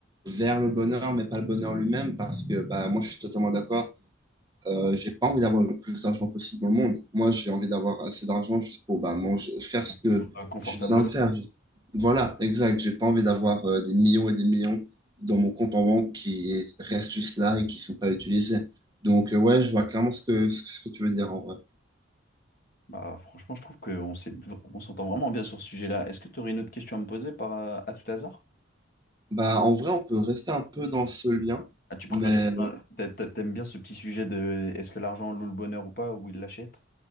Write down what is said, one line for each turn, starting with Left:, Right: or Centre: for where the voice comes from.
Right: vers le bonheur, mais pas le bonheur lui-même, parce que bah moi je suis totalement d'accord. Euh, j'ai pas envie d'avoir le plus d'argent possible dans le monde. Moi, j'ai envie d'avoir assez d'argent juste pour bah, manger, faire ce que
Left: Vivre, euh, confortablement.
Right: j'ai besoin de faire. Voilà, exact. J'ai pas envie d'avoir euh, des millions et des millions dans mon compte en banque qui restent juste là et qui sont pas utilisés. Donc, euh, ouais, je vois clairement ce que, ce que tu veux dire en vrai.
Left: Bah franchement, je trouve qu'on s'est- on s'entend vraiment bien sur ce sujet-là. Est-ce que tu aurais une autre question à me poser par, euh, à tout hasard?
Right: Bah, en vrai, on peut rester un peu dans ce lien,
Left: Ah, tu préfères
Right: mais
Left: rester dans- t'a- t'a- T'aimes bien ce petit sujet de est-ce que l'argent loue le bonheur ou pas, ou il l'achète?